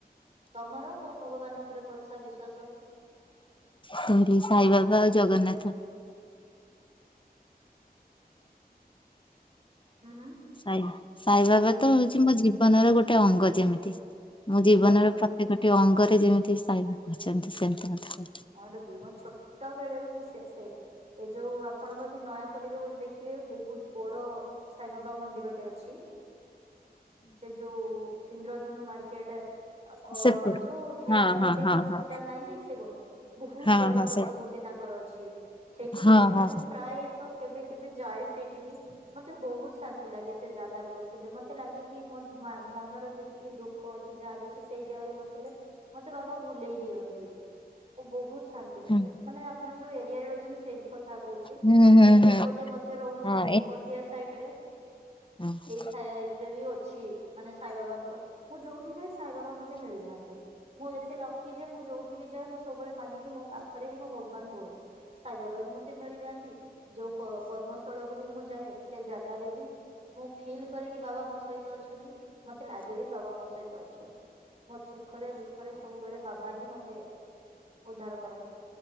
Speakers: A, on the right; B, on the left.
A: ତମର କୋଉ ଭଗବାନ ଉପରେ ଭରସା ବିଶ୍ୱାସ?
B: ସାଇ ବାବା ଆଉ ଜଗନ୍ନାଥ।
A: ଆହାଁ ଆହାଁ।
B: ସାଇ ସାଇବାବା ତ ହଉଛି ମୋ ଜୀବନର ଗୋଟେ ଅଙ୍ଗ ଯେମିତି ମୁଁ ଜୀବନର
A: ମୋର ବି
B: ସେ ଗୋଟେ ଅଙ୍ଗରେ ଯେମିତି ସାଇ ଅଛନ୍ତି, ସେମତି <unintelligible>
A: ମୋର ବି ମୋ ଛୋଟ ବେଳରୁ ମୁଁ ସେ ସେ ଏ ଯୋଉ ଆପଣଙ୍କ ସେ ନୟାପଲ୍ଲୀରେ ଗୋଟେ ଦେଖିବେ ବହୁତ ବଡ ସାଇବାବା ମନ୍ଦିରଟେ ଅଛି। ସେ ଯୋଉ ଇନ୍ଦ୍ରଧନୁ ମାର୍କେଟ। ଆ ଅ
B: ସେପଟୁ
A: ଯୋଉ ହେଲଥ୍
B: ହଁ ହଁ
A: ଭିଲେଜ୍
B: ହଁ
A: ହସ୍ପିଟାଲ୍
B: ହଁ
A: ନାଇଁ କି ସେ ବୋ ବୋହୁତ
B: ହଁ
A: ବଡ
B: ହଁ
A: ପ୍ରତିମୂର୍ତ୍ତି
B: ସେ
A: ତାଙ୍କର ଅଛି ସେଇଠିକି
B: ହଁ
A: ଯିବେ
B: ହଁ
A: ମୁଁ ପ୍ରା ପ୍ରାୟ ତ କେବେ କେବେ ଯାଏ ସେଇଠିକି। ମତେ ବୋହୁତ ଶାନ୍ତି ଲାଗେ ସେ ଜାଗାରେ ବସିଲେ ମତେ ଲାଗେ କି ମୋ ମା ମନର ଯେତିକି ଦୁ ଖ ଅଛି ଯାହା ବି ଅଛି ସେଇ ଜାଗାରେ ବସିଲେ ମତେ ବାବା ଭୁଲେଇ ଦିଅନ୍ତି। ଓ ବୋହୁତ ଶାନ୍ତି ଲାଗିଥାଏ
B: ହୁଁ
A: ମାନେ ଆପଣ ଯୋଉ ଏରିଆରେ ରହୁଛନ୍ତି ସେଇଟି କଥା କହୁଛି।
B: ହୁଁ ହୁଁ
A: ମୁଁ ବି
B: ହୁଁ
A: ଏପଟେ ମଧ୍ୟ ରହୁଛି
B: ହଁ
A: ପ ପଟିଆ ସାଇଟ୍ ରେ।
B: ହୁଁ।
A: ସାଇଡରେ ବି ଅଛି ମାନେ ସାଇବାବାଙ୍କର ମୁଁ ଯୋଉଠି ଯାଏ ସାଇବାବା ମତେ ମିଳିଯାଆନ୍ତି। ମୁଁ ଏତେ ଲକି ଯେ, ମୁଁ ଯୋଉଠି ବି ଯାଏ। ମୁଁ ସବୁବେଳେ ମାଗେକି ମୋ ପାଖରେ ହିଁ ମୋ ଭଗବାନ ରୁହନ୍ତୁ। ସାଇ ବାବା ବି ମତେ ମିଳିଯାଆନ୍ତି। ଯୋଉ କ-କର୍ମସ୍ଥଳକୁୁ ବି ମୁଁ ଯାଏ। ସେ ଜାଗାରେ ବି ମୁଁ ଫିଲ୍ କରରେକି ବାବା ମୋ ସହିତ ଅଛନ୍ତି। ମତେ ଲାଗେ ବି ବାବା ମୋ ସହିତ ଅଛନ୍ତି। ମୋର ସୁଖରେ ଦୁଃଖରେ ସବୁବେଳେ ବାବା ହିଁ ମତେ ଉଦ୍ଧାର କରନ୍ତି।